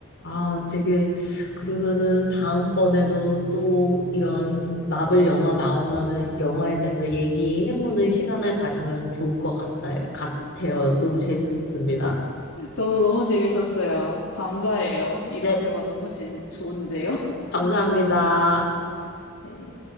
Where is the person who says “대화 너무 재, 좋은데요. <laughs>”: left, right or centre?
Left